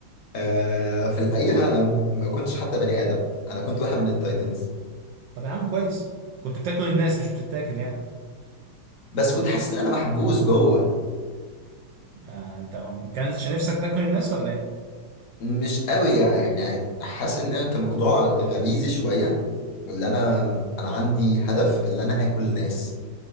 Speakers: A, on the left (about 65°); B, on the right (about 75°).
A: أه في الحقيقة انا ما كنتش حتى بني ادم انا كنت واحد من التايتنز
B: طب يا عم كويس كنت بتاكل الناس مش بتتاكل يعني
A: بس كنت حاسس ان انا محبوس جوه
B: آه أنت ما كانش نفسك تاكل الناس ولا إيه؟
A: مش قوي يعني يعني حاسس ان انا كان موضوع غريزي شويه اللي انا انا عندي هدف اللي انا اكل ناس